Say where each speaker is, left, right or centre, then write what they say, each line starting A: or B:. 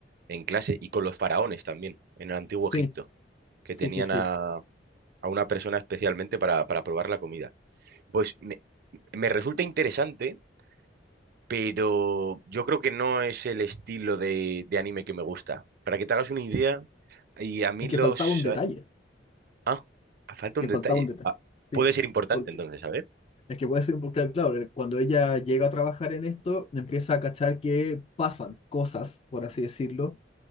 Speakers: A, on the right; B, on the left.
A: en clase, y con los faraones también, en el antiguo
B: sí,
A: Egipto, que
B: sí,
A: tenían
B: sí, sí.
A: a, a una persona especialmente para, para probar la comida. Pues me, me resulta interesante, pero yo creo que no es el estilo de, de anime que me gusta. Para que te hagas una idea, y a mí
B: Es que
A: los
B: faltaba un detalle.
A: Ah, ah, falta
B: que
A: un detalle.
B: faltaba un detalle.
A: Ah,
B: Sí,
A: puede ser importante
B: porque
A: entonces, a ver.
B: es que puede ser, porque claro, eh, cuando ella llega a trabajar en esto, empieza a cachar que pasan cosas, por así decirlo,